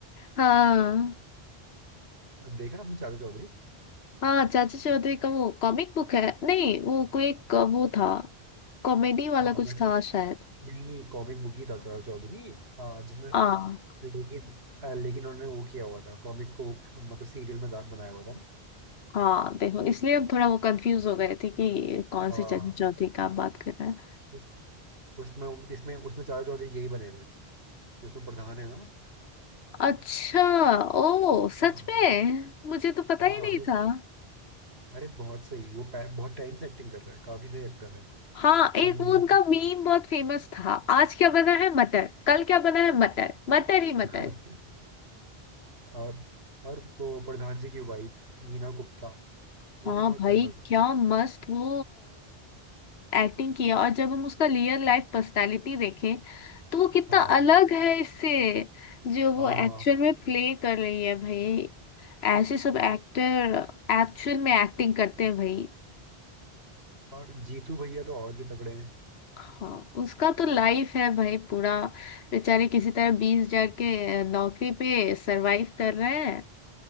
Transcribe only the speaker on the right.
देखा आपने चाचा चौधरी
हाँ
वैसे
नहीं नहीं कॉमिक बुक ही था चाचा चौधरी हाँ जिसमें
लेकिन अ, लेकिन उन्होंने वो किया हुआ था कॉमिक को मतलब सीरियल में दा- बनाया हुआ था ना
हाँ
उस उसमें इसमें उसमें चाचा चौधरी यही बने हुए थे जो उसमें प्रधान है ना
हाँ
हाँ
अरे
अरे बहुत सही वो पै- बहुत टाइम से एक्टिंग कर रहा है काफी सही एक्टर है
और नीना
<laughs>
और और वो प्रधान जी की वाइफ नीना गुप्ता वो
भी बहुत
फेमस है
हाँ
हाँ
हाँ हाँ
और जीतू भैया तो और भी तगड़े हैं